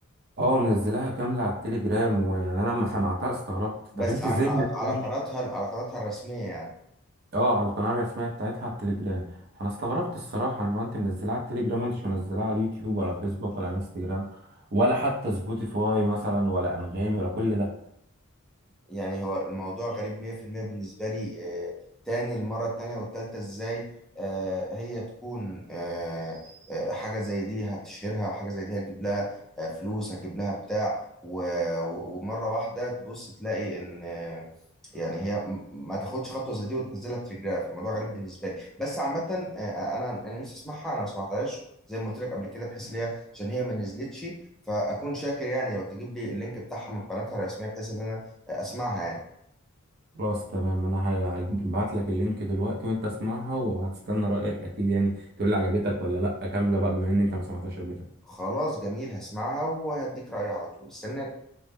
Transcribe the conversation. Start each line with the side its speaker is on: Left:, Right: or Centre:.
Right: اه منزلها كاملة على التليجرام ويعني أنا لما سمعتها استغربت
Centre: بس
Right: طب أنت
Centre: على
Right: إزاي
Centre: على
Right: منزلها
Centre: على قناتها على قناتها الرسميه يعني
Right: اه على القناة الرسمية بتاعتها على التليجرام فانا استغربت الصراحة ان هو انت منزلها على التليجرام وانتش منزلها على اليوتيوب ولا فيسبوك ولا انستجرام ولا حتى سبوتيفاي مثلا ولا انغامي ولا كل ده
Centre: يعني هو الموضوع غريب 100% بالنسبة لي آه، تاني المرة التانية والتالتة ازاي آه، هي تكون آه، آه، حاجة زي دي هتشهرها وحاجة زي دي هتجيب لها آه، فلوس هتجيب لها بتاع و- و- ومرة واحدة تبص تلاقي ان آه، يعني هي م- ما تاخدش خطوة زي دي وتنزلها تليجراف الموضوع غريب بالنسبة لي بس عامة آه، انا انا نفسي اسمعها انا ما سمعتهاش زي ما قلت لك قبل كده بحيث ان هي عشان هي ما نزلتش فاكون شاكر يعني لو تجيب لي اللينك بتاعها من قناتها الرسمية بحيث ان انا اسمعها يعني
Right: خلاص تمام انا هبعت لك اللينك دلوقتي وانت اسمعها وهتستنى رأيك اكيد يعني تقول لي عجبتك ولا لا كاملة بقى بما ان انت ما سمعتهاش قبل كده
Centre: خلاص جميل هسمعها وهديك رأيي على طول استناني